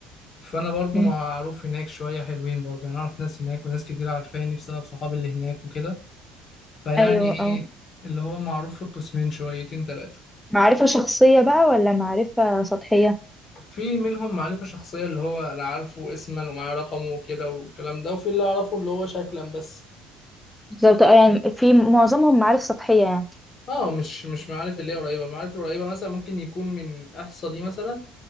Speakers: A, on the left; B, in the centre.
A: فانا برضو
B: مم.
A: معروف هناك شوية حلوين برضو يعني اعرف ناس هناك وناس كتير عارفاني بسبب صحابي اللي هناك وكده فيعني
B: ايوه
A: ايه
B: اه
A: اللي هو معروف في القسمين شويتين تلاتة
B: معرفه شخصيه بقى ولا معرفه سطحيه
A: في منهم معرفة شخصية اللي هو انا عارفه اسما ومعاه رقمه وكده والكلام ده وفي اللي اعرفه اللي هو شكلا بس
B: بالظبط اه يعني في معظمهم معارف سطحيه يعني
A: اه مش مش معارف اللي هي قريبة المعارف القريبة مثلا ممكن يكون من احصى دي مثلا